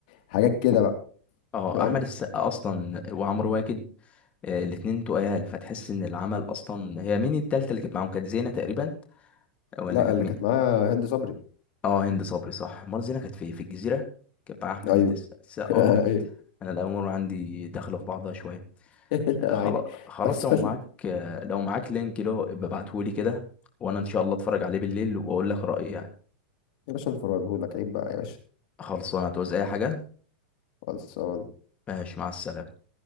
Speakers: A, on the left; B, on the left.
A: حاجات كده بقى
B: اه
A: فاهم
B: احمد السقا اصلا وعمرو واكد آه، الاتنين تقال فتحس ان العمل اصلا هي مين التالتة اللي كانت معاهم كانت زينة تقريبا ولا
A: لا
B: كانت
A: اللي
B: مين
A: كانت معاها هند صبري
B: اه هند صبري صح مرة زينة كانت في في الجزيرة كانت مع أحمد
A: ايوه
B: الس- السقا
A: <laughs>
B: اه
A: ايوه
B: أنا الأمور عندي داخلة في بعضها شوية
A: <laughs> لا
B: خلاص
A: عادي
B: خلاص
A: تحصل
B: لو معاك آه، لو معاك لينك له يبقى ابعتهولي كده وأنا إن شاء الله أتفرج عليه بالليل وأقول لك رأيي يعني
A: يا باشا انفرادهولك عيب بقى يا باشا
B: خلصانة هتعوز أي حاجة
A: خلصان
B: ماشي مع السلامة